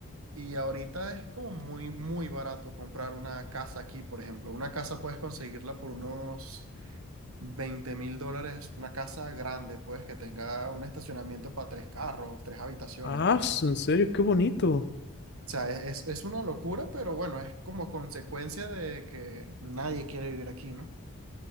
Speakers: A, on the right (about 75°); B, on the left (about 50°).
A: Y ahorita es como muy, muy barato comprar una casa aquí, por ejemplo. Una casa puedes conseguirla por unos Veinte mil dólares, una casa grande, pues, que tenga un estacionamiento para tres carros, tres habitaciones,
B: Ah,
A: cosas así.
B: en
A: O
B: serio, qué bonito.
A: sea, es, es una locura, pero bueno, es como consecuencia de que nadie quiere vivir aquí, ¿no?